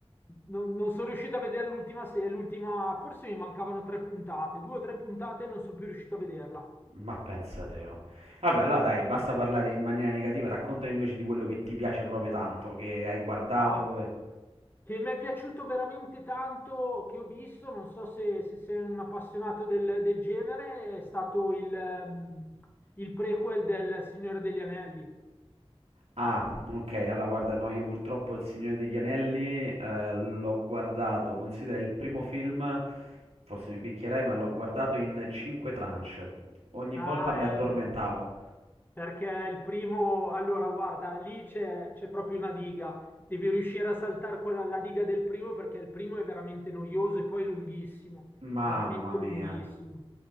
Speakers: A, on the left; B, on the right.
A: non- non sono riuscito a vedere l'ultima, se- l'ultima, forse mi mancavano tre puntate, due o tre puntate e non sono più riuscito a vederla.
B: ma pensa te. oh. Vabbè, allora dai, basta parlare in maniera negativa, racconta invece di quello che ti piace proprio tanto, che hai guardato.
A: Oh,
B: e-
A: che mi è piaciuto veramente tanto, che ho visto, non so se, se sei un appassionato del, del genere, è stato il, ehm, il prequel del Signore degli Anelli.
B: Ah, ok, allora guarda, no, io purtroppo Il Signore degli Anelli eh, l'ho guardato, considera il primo film, forse mi picchierai, ma l'ho guardato in 5 tranche. Ogni
A: Ah,
B: volta mi
A: eh,
B: addormentavo.
A: perché il primo, allora guarda, lì c'è c'è proprio una diga, devi riuscire a saltare quella, la diga del primo perché il primo è veramente noioso e poi lunghissimo,
B: Mamma
A: veramente
B: mia.
A: lunghissimo.